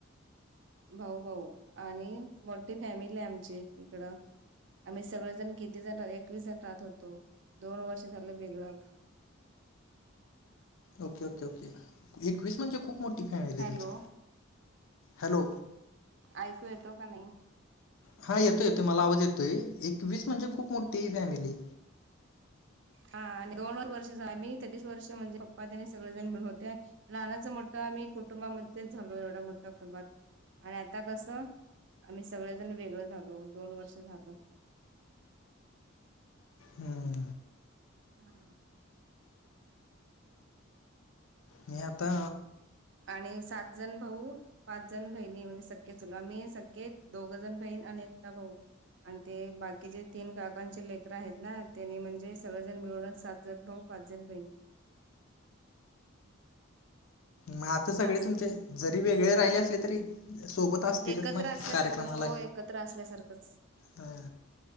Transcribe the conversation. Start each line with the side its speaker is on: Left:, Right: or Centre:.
Right: भाऊ भाऊ आणि मोठी फॅमिली आहे आमची इकडं. आम्ही सगळे जण किती जण एकवीस जण राहत होतो दोन वर्ष झालं वेगळं.
Left: ओके ओके ओके एकवीस म्हणजे खूप मोठी फॅमिली
Right: हॅलो
Left: आहे तुमची हॅलो.
Right: ऐकू येतो का नाही?
Left: हा येतोय येतोय मला आवाज येतोय. एकवीस म्हणजे खूप मोठी फॅमिली
Right: हा आणि दोन वर्षच झाली मी तेहतीस वर्ष म्हणजे पप्पा त्यांनी सगळेजण मिळून होते. लहानाचं मोठं आम्ही कुटुंबामध्येच झालो. एवढ्या मोठ्या कुंटुबात आणि आता कसं? आम्ही सगळेजण वेगळं झालो. दोन वर्ष झालं.
Left: हम्,
Right: हम,
Left: मी आता
Right: आणि सात जण भाऊ पाच जण बहिणी म्हणजे सख्खे चुल आम्ही सख्खे दोघजण बहीण आणि एकटा भाऊ. आण ते बाकीचे तीन काकांचे लेकर आहेत ना, त्यानी म्हणजे सगळेजण मिळूनच सात जण भाऊ. पाच जण बहिणी.
Left: म आता सगळे
Right: असं
Left: तुमचे जरी वेगळे राहिले असले तरी सोबत असतीलच
Right: एकत्र
Left: ना,
Right: असल्यासारखंच
Left: कार्यक्रमाला
Right: हो एकत्र असल्यासारखंच
Left: हा,